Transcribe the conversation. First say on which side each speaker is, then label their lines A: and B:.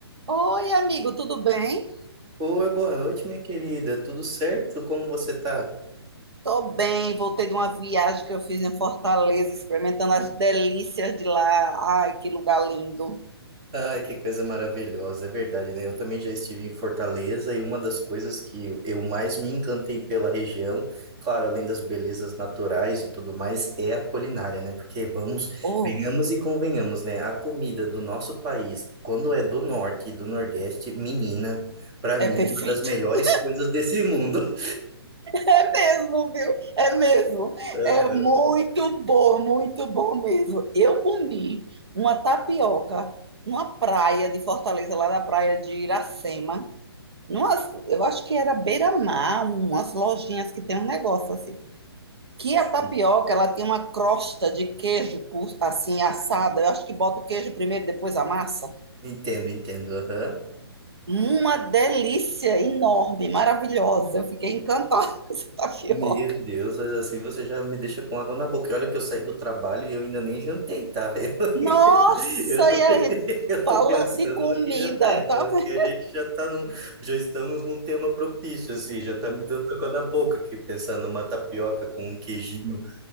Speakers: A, on the right; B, on the right.
A: Oi, amigo, tudo bem?
B: Oi, boa noite, minha querida. Tudo certo? Como você tá?
A: Tô bem, voltei de uma viagem que eu fiz em Fortaleza, experimentando as delícias de lá. Ai, que lugar lindo.
B: Ai, que coisa maravilhosa, é verdade, né? Eu também já estive em Fortaleza e uma das coisas que eu mais me encantei pela região, claro, além das belezas naturais e tudo mais, é a culinária, né? Porque vamos,
A: Oh,
B: venhamos e convenhamos, né? A comida do nosso país, quando é do norte e do nordeste, menina, para
A: é
B: mim,
A: perfeito.
B: é uma das melhores
A: <laughs>
B: coisas desse mundo.
A: É mesmo, viu? É mesmo.
B: <laughs> Aham,
A: É muito bom, muito bom mesmo. Eu comi uma tapioca numa praia de Fortaleza, lá da praia de Iracema. Numas, eu acho que era beira-mar, umas lojinhas que tem um negócio assim. que a
B: sim.
A: tapioca ela tem uma crosta de queijo assim assada. Eu acho que bota o queijo primeiro, depois a massa.
B: Entendo, entendo. aham.
A: Uma delícia enorme, maravilhosa. Eu fiquei encantada <laughs> com essa tapioca.
B: Meu Deus, mas assim você já me deixa com água na boca. E olha que eu saí do trabalho e eu ainda nem jantei, tá? <laughs>
A: Nossa,
B: Eu, eu tô,
A: e aí,
B: <laughs> eu
A: falando
B: tô pensando
A: de comida,
B: no que jantar. Então
A: tá
B: aqui
A: vendo?
B: a gente já tá num, já estamos num tema propício, assim, já tá me dando água na boca aqui, pensando numa tapioca com um queijinho